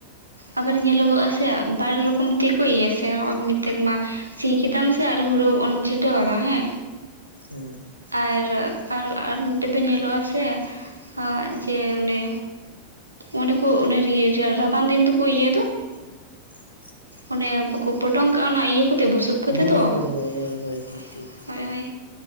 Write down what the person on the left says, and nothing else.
ᱦᱩᱸ
<inaudible>
ᱦᱳᱭ
ᱦᱳᱭ ᱦᱳᱭ ᱦᱳᱭ
ᱦᱳᱭ ᱴᱷᱤᱠ ᱴᱷᱤᱠ